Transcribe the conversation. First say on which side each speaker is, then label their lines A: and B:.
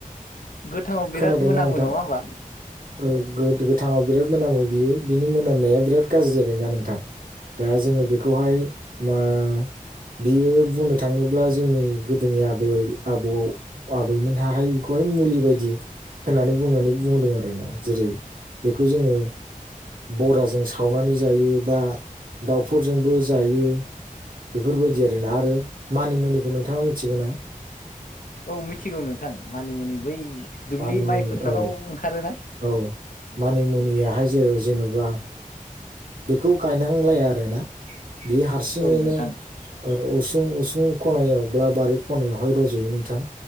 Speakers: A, on the left; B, on the right.
A: गोथाङाव बिराद
B: खोनादोंना
A: मोनामो
B: नोंथां
A: नङा होमबा।
B: औ गो गोथाङाव बिराद मोनामो बियो बिनि मोनामनाया बिराद गाज्रि आरो ना नोंथां। दा जोङो बेखौहाय मा बियो बुंनो थाङोब्ला जोंनि गोदोनि आबै आबौ आबैमोनहाहाय बेखौहाय नो मुलि बायदि होन्नानै बुंनानै बुंदों आरोना जेरै बेखौ जोङो। बराजों सावनानै जायो बा दाउफोरजोंबो जायो। बेफोरबायदि आरोना आरो मानिमुनिखौ नोंथाङा मिथिगौ ना।
A: औ मिथिगौ नोंथां मानिमुनि बै दुब्लि
B: मानिमुनि
A: माइ फोथाराव
B: औ
A: ओंखारोना।
B: औ <unintelligible> मानि मुनियाहाय जो जेन'बा बेखौ गायनांलाया आरोना। बे हारसिङैनो।
A: औ नोंथां
B: उसुं उसुं खनायावब्ला बारि खनायावहाय रज'यो नोंथां।